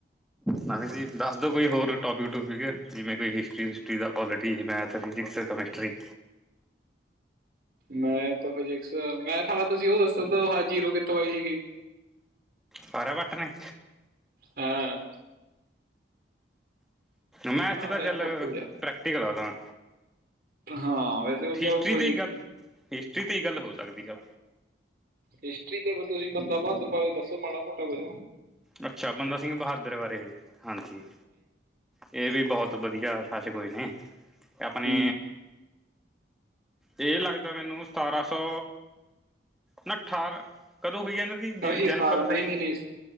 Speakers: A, in the centre; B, on the right.
A: ਨਵੀਂ ਕੋਈ ਦੱਸਦੋ ਕੋਈ ਹੋਰ, ਟੋਪਿਕ-ਟੂਪਿਕ ਜਿਵੇਂ ਕੋਈ ਹਿਸਟਰੀ? ਹਿਸਟਰੀ ਦਾ quality, math, physics, chemistry.
B: Math physics, math ਆਲਾ ਤੁਸੀਂ ਉਹ ਦੱਸੋ, ਹ ਜੀਰੋ ਕਿੱਥੋਂ ਆਈ ਸੀਗੀ?
A: ਸਾਰਾ ਵੱਟ ਨੇ
B: ਹਾ
A: ਮੈਥ'ਚ
B: ਆਰਿਆ
A: ਤਾ ਚੱਲ,
B: ਭੱਟੇ
A: ਪ੍ਰੈਕਟੀਕਲ ਆਦਾ।
B: ਹਾਂ ਵੈਸੇ ਉਹ ਚ
A: ਹਿਸਟਰੀ
B: ਕੋਈ
A: ਤੇ ਹੀ ਗੱਲ, ਹਿਸਟਰੀ ਤੇ ਹੀ ਗੱਲ ਹੋ ਸਕਦੀ ਆ‌।
B: ਹਿਸਟਰੀ ਤੇ ਫਿਰ ਤੁਸੀਂ ਬੰਦਾ ਬਹਾਦਰ ਬਾਰੇ ਦੱਸੋ, ਮਾੜਾ-ਮੋਟਾ ਕੁਛ?
A: ਅੱਛਾ, ਬੰਦਾ ਸਿੰਘ ਬਹਾਦਰ ਬਾਰੇ, ਹਾਂਜੀ। ਇਹ ਵੀ ਬਹੁਤ ਬਧੀਆ ਸਾਸ਼ਕ ਹੋਏ ਨੇ, ਆਪਣੇ
B: ਹਮ
A: ਇਹ ਲੱਗਦਾ ਮੈਨੂੰ ਸਤਾਰਾਂ-ਸੌ ਨਾ ਅਠਾਰ, ਕਦੋਂ ਹੋਈ ਹੈ ਇਹਨਾਂ ਦੀ,
B: ਉਹੀ
A: ਜਨਮ
B: ਸਤਾਰਾਂ
A: ਕਦੋਂ
B: ਨਹੀਂ
A: ਹੋਇਆ ਇਹਨਾਂ
B: ਨਹੀਂ
A: ਦਾ?
B: ਨਹੀਂ